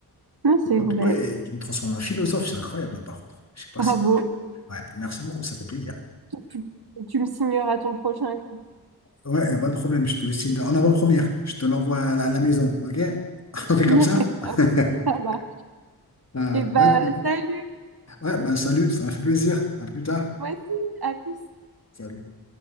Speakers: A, on the right; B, on the left.
A: Non, c'est
B: Ah,
A: vrai.
B: purée, je me transforme en philosophe, c'est incroyable là, par contre. Je sais pas
A: Bravo.
B: si. Ouais, merci beaucoup, ça fait plaisir.
A: Tu, tu me signeras ton prochain livre.
B: Ouais, y a pas de problème, je te le signe en avant-première, je te l'envoie à la à la maison, ok? <laughs> On fait comme
A: <laughs>
B: ça? <laughs>
A: Ça va.
B: Ah,
A: Et bah,
B: bah, écoute.
A: salut.
B: Ouais, ben salut, ça m'a fait plaisir. À plus tard.
A: Moi aussi. À plus.
B: Salut.